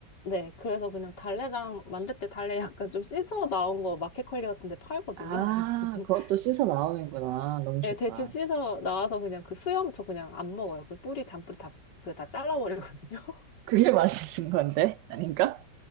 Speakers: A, on the left (about 80°); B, on the right (about 85°).
A: 네, 그래서 그냥 달래장 만들 때 달래 약간 좀 씻어 나온 거 마켓컬리 같은 데 팔거든요.
B: 아,
A: 그래서 <laughs>
B: 그것도 씻어 나오는구나. 너무 좋다.
A: 예, 대충 씻어 나와서 그냥 그 수염 저 그냥 안 먹어요. 그 뿌리, 잔뿌리 다, 그 다 잘라버리거든요. <laughs>
B: 그게 <laughs> 맛있는 건데? 아닌가?